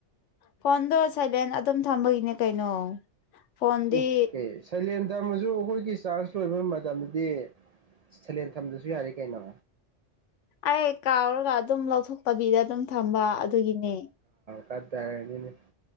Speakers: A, on the left; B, on the right.
A: ꯐꯣꯟꯗꯁꯂꯦꯟ ꯑꯗꯨꯝ ꯊꯝꯕꯒꯤꯅꯦ ꯀꯩꯅꯣ ꯐꯣꯟꯗꯤ
B: ꯏ ꯀꯩ ꯁꯩꯂꯦꯟ ꯊꯝꯃꯁꯨ ꯑꯩꯈꯣꯏꯒꯤ ꯆꯥꯔꯖ ꯂꯣꯏꯕ ꯃꯇꯝꯗꯗꯤ ꯁꯂꯦꯟ ꯊꯝꯗꯁꯨ ꯌꯥꯔꯦ ꯀꯩꯅꯣ
A: ꯑꯩ ꯀꯥꯎꯔꯒ ꯑꯗꯨꯝ ꯂꯧꯊꯣꯛꯇꯕꯤꯗ ꯑꯗꯨꯝ ꯊꯝꯕ ꯑꯗꯨꯒꯤꯅꯦ
B: ꯀꯗꯔꯅꯤꯅꯦ